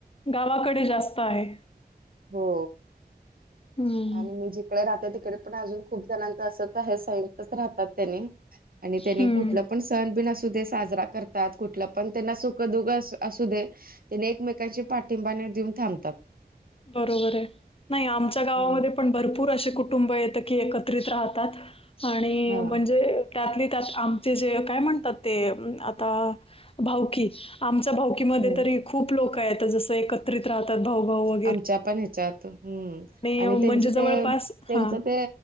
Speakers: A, on the left; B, on the right.
A: गावाकडे जास्त आहे
B: हो
A: हं,
B: आणि मी जिकडे राहते तिकडे पण अजून खूप जणांच असं आहे संयुक्तच राहतात त्यानी आणि त्याने
A: हं.
B: कुठलं पण सण बिन असू दे साजरा करतात कुठलं पण त्यांना सुख दुख असू दे त्यांनी एकमेकांचे पाठिंबाने देऊन थांबतात
A: बरोबर आहे नाही आमच्या गावामध्ये
B: हम्म.
A: पण भरपूर असे कुटुंब येत की एकत्रित राहतात आणि
B: हा
A: म्हणजे त्यात ली त्यात आमचे जे काय म्हणतात ते आता भाऊकी आमच भाऊकी मध्ये
B: हम्म.
A: तरी खूप लोक आहेत जस एकत्रित राहतात भाऊ भाऊ व
B: आमच्या पण ह्याच्यात हम आणि
A: अं,
B: त्यांची
A: म्हणजे जवळपास
B: ते त्यांच
A: हां,
B: ते